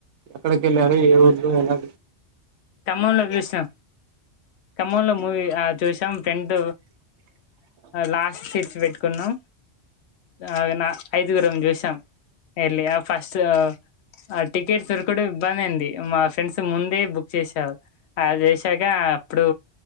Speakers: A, on the right (about 80°); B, on the left (about 70°).
A: ఎక్కడకి వెళ్ళారు ఏ ఊరు ఎలా
B: తమ్మంలో చూశాం మ్ ఖమ్మం లో మూవీ ఆ చూసాం ఫ్రెండ్ లాస్ట్ తీర్చి వేట్ ట్కున్నా మ్ ఆ నిన్న ఐదుగురుంమ్ చూషాం ఎల్లి ఆ ఫస్ట్ ఆ టికెట్ దొరుగు ఇప్పుడు ఇబ్బంది అయింది మా ఫ్రెండ్స్ ముందే బుక్ చేసారు అ చేసాక అప్పుడు